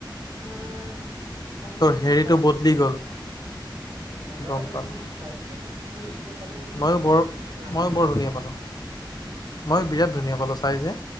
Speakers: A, on the right; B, on the left.
A: তোমাৰ দুখন মানে
B: তোৰ
A: মই
B: হেৰিটো
A: চাই শেষ
B: বদলি
A: কৰিলো
B: গ'ল
A: মজা
B: গম
A: লাগিল
B: পালোঁ
A: বুলি কৈছো চাই বুইছানে মই এতিয়া চালো মানো
B: ময়ো
A: মই আকৌ
B: বৰ
A: চাব পাৰিম মোৰ আমনি
B: ময়ো বৰ
A: নালাগে
B: ধুনীয়া পালোঁ। মই বিৰাট ধুনীয়া পালোঁ চাই যে